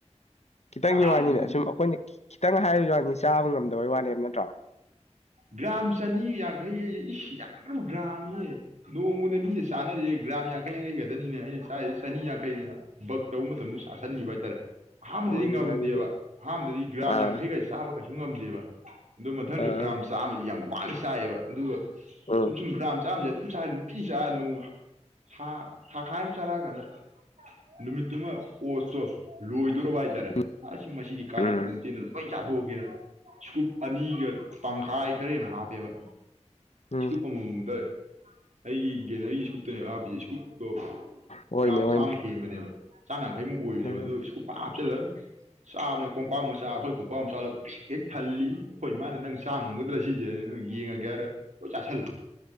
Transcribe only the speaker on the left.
ꯈꯤꯇꯪꯒꯤ
ꯋꯥꯅꯤꯅꯦ ꯑꯁꯨꯝ ꯑꯩꯈꯣꯏꯅ ꯈꯤꯇꯪ ꯍꯥꯏꯕ ꯋꯥꯅꯤ ꯆꯥꯕ ꯉꯝꯗꯕꯩ ꯋꯥꯅꯦꯕ ꯅꯠꯇ꯭ꯔꯣ
ꯍꯣꯏꯅꯦ
ꯑꯗꯨꯗꯤ
ꯑꯥ
ꯑꯥ
ꯎꯝ
ꯎꯝ
ꯎꯝ
ꯎꯝ
ꯍꯣꯏꯅꯦ
ꯍꯣꯏꯅꯦ
ꯎꯝ